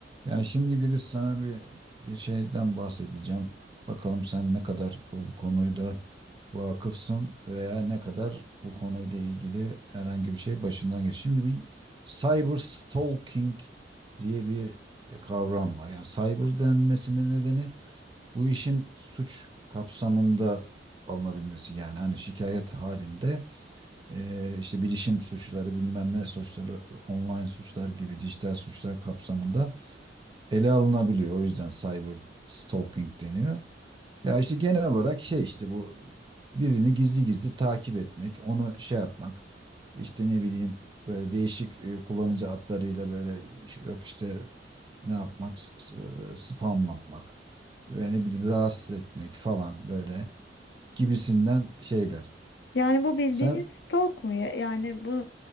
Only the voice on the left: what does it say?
Yani bu bildiğimiz
stalk mu? ya? Yani bu